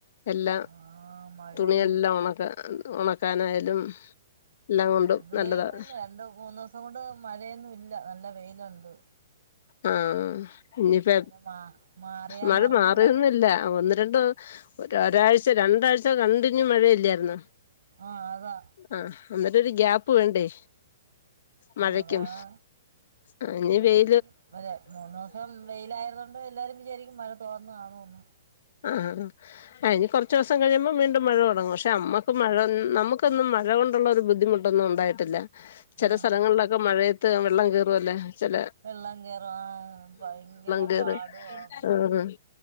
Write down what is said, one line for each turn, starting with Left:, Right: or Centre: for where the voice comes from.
Left: എല്ലാം
Right: ആഹ് മഴയൊന്ന്
Left: തുണിയെല്ലാം ഉണക്കെ ഉണക്കാനായാലും എല്ലാം കൊണ്ടും
Right: ഇവിടെയും
Left: നല്ലതാണ്
Right: രണ്ട് മൂന്നു ദിവസം കൊണ്ട് മഴയൊന്നും ഇല്ല നല്ല വെയിലുണ്ട്
Left: ആഹ് ഇനിയിപ്പ
Right: മഴ മാ മാറിയാന്ന്
Left: മഴ
Right: അറിഞ്ഞൂടാ
Left: മാറിയന്നില്ല ഒന്ന് രണ്ട് ഒ ഒരാഴ്ച രണ്ടാഴ്ച കണ്ടിന്യൂ മഴയില്ലായിരുന്നോ
Right: ആഹ് അതാ
Left: ആഹ് അന്നിട്ടൊരു ഗ്യാപ്പ് വേണ്ടേ മഴക്കും
Right: അതാണ്
Left: ആഹ് ഇനി
Right: അതായിരിക്കും
Left: വെയ
Right: മൂന്ന് ദിവസം വെയില ആയതു കൊണ്ട് എല്ലാരും വിചാരിക്കും മഴ തോന്നു കാണുന്നു
Left: ആഹ് ആഹ് ഇനി കുറച്ച് ദിവസം കഴിയുമ്പം വീണ്ടും മഴ തുടങ്ങും പക്ഷേ നമ്മുക്ക് മഴ നമുക്ക് ന്നും മഴ കൊണ്ടുള്ള ഒരു ബുദ്ധിമുട്ടൊന്നും ഉണ്ടായിട്ടില്ല
Right: എല്ലാ
Left: ചില സ്ഥലങ്ങളിലൊക്കെ മഴയത്ത് വെള്ളം കയറുംല്ലേ ചില
Right: വെള്ളങ്കരം ഭയങ്കര
Left: കേറി
Right: പാടുവാണ്
Left: ആഹ്